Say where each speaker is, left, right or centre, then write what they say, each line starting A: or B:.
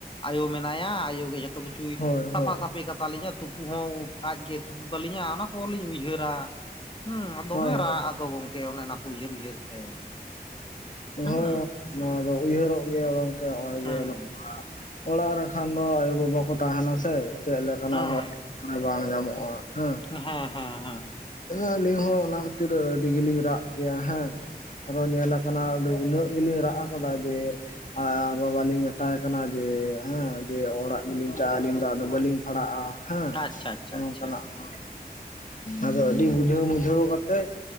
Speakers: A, on the left; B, on the left.
A: ᱟᱭᱳ ᱢᱮᱱᱟᱭᱟ, ᱟᱭᱳ ᱜᱮ ᱡᱷᱚᱛᱚ ᱠᱤᱪᱷᱩᱭ
B: ᱦᱳᱭ ᱦᱳᱭ
A: ᱥᱟᱯᱷᱟ ᱥᱟᱯᱷᱤ-ᱼ ᱟᱯᱮ ᱠᱟᱛᱟ ᱞᱤᱧᱟ ᱛᱩᱯᱩ ᱦᱚᱸ ᱟᱡ ᱜᱮ ᱛᱩᱯᱩ ᱠᱟᱞᱤᱧᱟ᱾ ᱚᱱᱟ ᱠᱚᱦᱚ ᱞᱤᱧ ᱩᱭᱦᱟᱹᱨᱟ᱾ ᱦᱮᱸ ᱟᱨ ᱫᱚᱢᱮ
B: ᱦᱳᱭ
A: ᱨᱟᱜ ᱟᱫᱚ ᱜᱚᱝᱠᱮ ᱚᱱᱮ ᱚᱱᱟ ᱠᱚ ᱩᱭᱦᱟᱹᱨ ᱩᱭᱦᱟᱹᱨ ᱛᱮ᱾ ᱦᱩᱸ
B: ᱦᱳᱭ ᱜᱚᱝ ᱱᱚᱣᱟ ᱫᱚ ᱩᱭᱦᱟᱹᱨᱚᱜ ᱜᱮᱭᱟ ᱜᱚᱝᱠᱮ ᱱᱚᱜᱼᱚᱭ
A: ᱦᱩᱸ
B: ᱡᱮ ᱱᱚᱜ-ᱚᱱᱟ ᱚᱲᱟᱜ ᱨᱮᱠᱷᱟᱱ ᱫᱚ ᱟᱭᱳᱼᱵᱟᱵᱟ ᱠᱚ ᱛᱟᱦᱮᱱᱟ ᱥᱮ᱾ ᱪᱮᱫ ᱞᱮᱠᱟᱱᱟᱜ
A: ᱦᱩᱸ
B: ᱦᱚᱸ ᱵᱟᱝ ᱧᱟᱢᱚᱜᱼᱟ ᱦᱮᱸ᱾
A: ᱦᱮᱸ ᱦᱮᱸ ᱦᱮᱸ᱾
B: ᱟᱹᱞᱤᱧ ᱦᱚᱸ ᱚᱱᱟ ᱠᱷᱟᱹᱛᱤᱨ ᱟᱹᱰᱤ ᱜᱮᱞᱤᱧ ᱨᱟᱜ ᱠᱮᱭᱟ ᱦᱮᱸ᱾ ᱟᱨᱚ ᱧᱮᱞ ᱠᱟᱱᱟ ᱟᱫᱚ ᱩᱱᱟᱹᱜ ᱜᱮᱞᱤᱧ ᱨᱟᱜ ᱟᱠᱟᱫᱟ ᱡᱮ ᱟᱨ ᱵᱟᱵᱟ ᱞᱤᱧ ᱢᱮᱛᱟᱭ ᱠᱟᱱᱟ ᱡᱮ ᱦᱮᱸ ᱡᱮ ᱚᱲᱟᱜ ᱜᱮᱞᱤᱧ ᱪᱟᱜᱼᱟ ᱟᱹᱞᱤᱧ ᱫᱚ ᱵᱟᱹᱞᱤᱧ ᱯᱷᱟᱲᱟᱜᱼᱟ ᱦᱮᱸ᱾
A: ᱟᱪᱪᱷᱟ ᱟᱪᱪᱷᱟ
B: ᱱᱚᱱᱮ
A: ᱟᱪᱪᱷᱟ
B: ᱚᱱᱠᱟᱱᱟᱜ ᱦᱚᱸ᱾ ᱟᱫᱚ ᱟᱹᱰᱤ ᱵᱩᱡᱷᱟᱹᱣ ᱢᱩᱡᱷᱟᱹᱣ ᱠᱟᱛᱮᱜ ᱛᱮᱡ